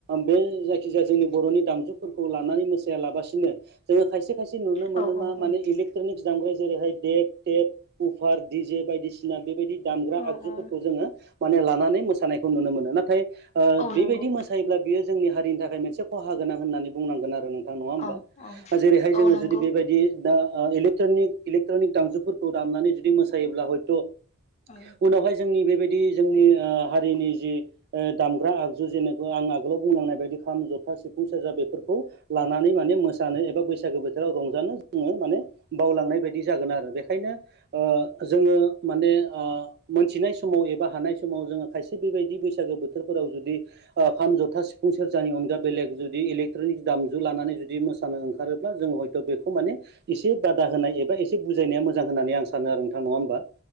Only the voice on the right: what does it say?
बे जायखिजाया जोंनि बर'नि दामजुफोरखौ खौ लानानै मोसाया लाबासिनो जोङो खायसे खायसे नुनो
मोनो
मा इलकट्रनिक दामग्रा जेरैहाय देक टेप उफार दिजे बायदिसिना बेबायदि दामग्रा
आगुफोरखौ जोङो माने लानानै मो सानायखौ नुनो मोनो नाथाय ओ
बेबायदि
मोसायोब्ला बियो जोंनि हारिनि थाखाय मोनसे खहा गोनां होननानै बुंनांगोन आरो नो नङा होमबा
जेरैहाय
जोङो
जुदि बेबायदि दा इलेक्ट्रनिक इलेक्ट्रनिक दामजुफोरखौ दामनानै जुदि मोसायोब्ला हयथ'
उनावहाय जोंनि बे बैदि जोंनि आ हारिनि जि दामग्रा आगजु जेनेबा आं आगोलाव बुंलांनाय बायदि खाम ज थां, खाम, सिफुं, सेरजा बेफोरखौ लानानै माने मोसानो एबा बैसागो बोथोराव रंजानो जोङो माने बावलांनाय बायदि जागोन आरो बेखायनो ओ जोङो माने ओ मोनथिनाय समाव एबा हानाय समाव जोङो खायसे बेबायदि बैसागो बोथोरफोराव जुदि खाम, जथा, सिफुं सेरजानि अनगा बेलेग जुदि इलेक्ट्रनिक दामजु लानानै जुदि मोसानो ओंखारोब्ला जों हयथ' बेखौ माने एसे बादा होनाय एबा एसे बुजायनाया मोजां होननानै आं सानो आरो नोंथां नङा होमबा